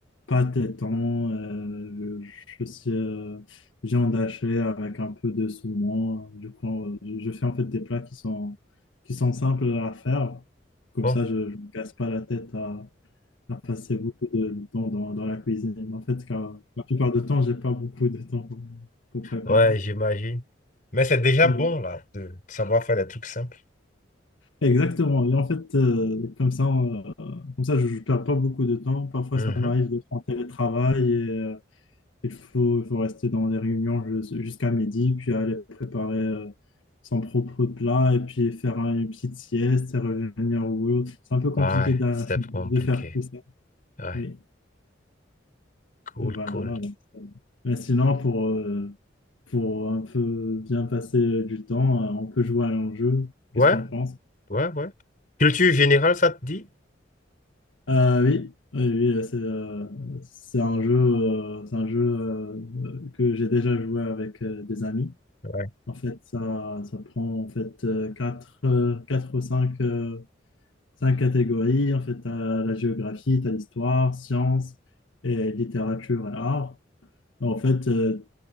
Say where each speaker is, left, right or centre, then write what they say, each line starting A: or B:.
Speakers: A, on the left; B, on the left.
A: pâte et thon, euh, le- je suis euh, viande hachée avec un peu de saumon. Du coup, euh, je, je fais en fait des plats qui sont, qui sont simples à faire. Comme
B: Bon,
A: ça, je ne me casse pas la tête à, à passer beaucoup de temps dans, dans la cuisine. En fait, car la plupart du temps, j'ai pas beaucoup de temps pour préparer.
B: ouais, j'imagine. Mais c'est déjà
A: Oui.
B: bon, là, de savoir faire des trucs simples.
A: Exactement. Et en fait, euh, comme ça, euh, comme ça, je ne perds pas beaucoup de temps. Parfois,
B: Mhm.
A: ça m'arrive d'être en télétravail et euh, il faut, il faut rester dans les réunions jus- jusqu'à midi, puis aller préparer euh, son propre plat et puis faire euh, une petite sieste et revenir au boulot. C'est un peu compliqué
B: Ouais,
A: d'a-
B: c'est
A: de,
B: pas compliqué.
A: faire tout ça.
B: Ouais,
A: Oui,
B: cool,
A: voilà.
B: cool.
A: Mais sinon, pour, euh, pour un peu bien passer du temps, euh, on peut jouer à un jeu. Qu'est-ce
B: Ouais,
A: que tu en penses?
B: ouais, ouais. Culture générale, ça te dit?
A: Euh, oui, oui, oui, c'est euh, c'est un jeu, euh, c'est un jeu euh, que j'ai déjà joué avec euh, des amis.
B: Ouais.
A: En fait, ça, ça prend en fait euh, quatre, euh, quatre ou cinq, euh, cinq catégories. En fait, t'as la géographie, t'as l'histoire, sciences et littérature et art. En fait, euh,